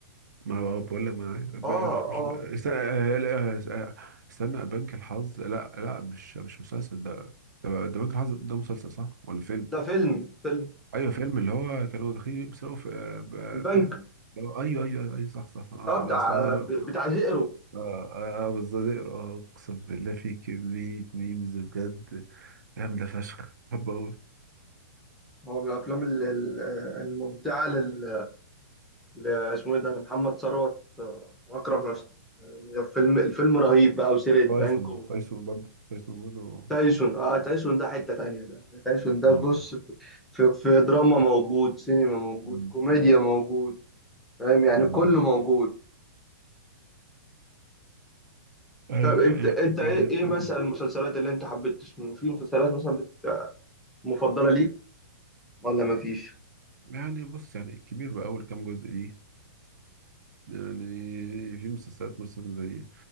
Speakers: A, on the right; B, in the centre.
A: ما هو بقول لك ما أنا عارف. ب-
B: اه
A: مش مش
B: اه
A: ب- استنى آه، آه، لا، آه، آه، استنى بنك الحظ لا لا مش مش مسلسل ده ده ده بنك الحظ ده مسلسل صح ولا فيلم
B: ده فيلم فيلم
A: ايوه فيلم اللي هو كانوا داخلين بيسرقوا في آه، ب- آه،
B: البنك
A: بتاع ده اللي هو- ايوه ايوه ايوه صح صح صح آه
B: اه
A: لا
B: بتاع
A: صح اه
B: آه، بتاع الهيرو
A: اه آه، بالظبط اه اقسم بالله في كمية ميمز بجد جامدة فشخ بحبه أوي
B: هو من الافلام ال- ال- الممتعه لل ل- اسمه ايه ده لمحمد ثروت آه، واكرم حسني الفيلم الفيلم رهيب بقى وسرقه بنك
A: تايسون تايسون برضه تايسون برضه
B: وتايسون اه تايسون ده حته تانية ده تايسون ده
A: مم.
B: بص في, في, في دراما موجود سينما موجود
A: مم.
B: كوميديا موجود فاهم يعني
A: مم.
B: كله موجود
A: آه
B: طب انت انت
A: آه،
B: ايه
A: يعني
B: ايه
A: آه،
B: مثلا المسلسلات اللي انت حبيت تسمع في مسلسلات مثلا بت- مفضله ليك ولا مفيش؟
A: يعني بص يعني كبير بقى أول كام جزء ليه يعني في مسلسلات مثلا زي